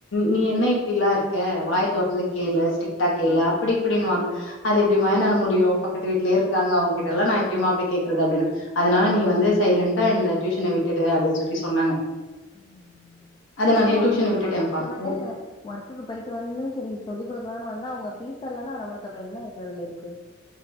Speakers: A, on the left; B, on the left.
A: நீ
B: ம்
A: என்ன இப்டில்லா இருக்க வாய தொறந்து கேளு ஸ்ட்ரிக்ட்டா
B: ம்
A: கேளு அப்டி இப்டின்னுவாங்க அது எப்படிமாயன்னால முடியு பக்கத்து வீட்லயே இருக்காங்க
B: அப்டிதாங்க
A: அவங்ககிட்டல்லா நா எப்டிமா அப்டி கேக்குறது அப்டின்னு அதுனால நீ வந்து சைலண்டா இந்த டியூசன விட்டுடு அப்டின் சொல்லி சொன்னாங்க
B: ம் ம்
A: அதனாலயே
B: ஆமா
A: டியூஷன
B: வேறு நம்ம
A: விட்டுட்டேன்ப்பா
B: கஷ்டப்பட்டு
A: ம்
B: ஒர்க்குக்கு போயிட்டு வந்து சரி சொல்லி கொடுக்கலான்னு வந்தா அவுங்க பீஸ் இல்லன்னா நம்மளுக்கு அப்புற என்ன இ இருக்கு